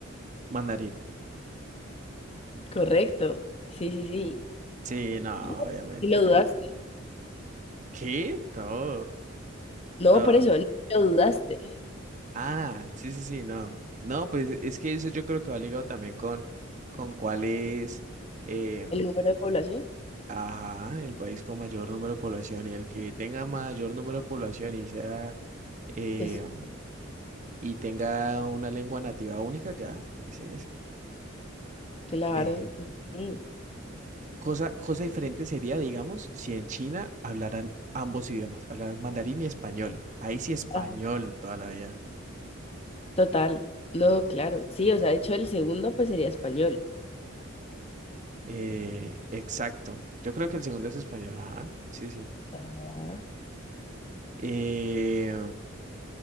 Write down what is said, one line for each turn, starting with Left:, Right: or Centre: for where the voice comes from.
Right: Mandarín.
Left: Correcto. Sí, sí, sí.
Right: Sí, no,
Left: Guau,
Right: obviamente.
Left: Y lo dudaste.
Right: ¿Qué? No,
Left: No,
Right: no.
Left: por eso, ni lo dudaste.
Right: Ah, sí, sí, sí, no. No, pues es que eso yo creo que va ligado también con, con cuál es, eh,
Left: El número de población,
Right: ajá, el país con mayor número de población y el que tenga mayor número de población y sea, eh,
Left: pues
Right: y tenga una lengua nativa única, ya, ese es.
Left: claro.
Right: Eh,
Left: muy bien.
Right: cosa, cosa diferente sería, digamos, si en China hablaran ambos idiomas, hablaran mandarín y español. Ahí sí español
Left: Ah,
Right: toda la vida.
Left: total. No, claro. Sí, o sea, de hecho el segundo pues sería español.
Right: Eh, exacto. Yo creo que el segundo es español, ajá. Sí, sí.
Left: Ajá.
Right: Eh,